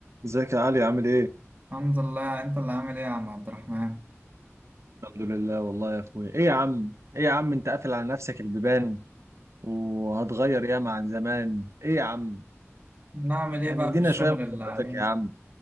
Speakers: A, on the right; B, on the right.
A: ازيك يا علي عامل ايه؟
B: الحمد لله انت اللي عامل ايه يا عم عبد الرحمن
A: الحمد لله والله يا اخويا ايه يا عم؟ ايه يا عم انت قافل على نفسك البيبان وهتغير ياما عن زمان ايه يا عم؟
B: نعمل
A: يعني
B: ايه بقى
A: ادينا
B: في الشغل
A: شوية من
B: اللي
A: خبرتك
B: علينا
A: يا عم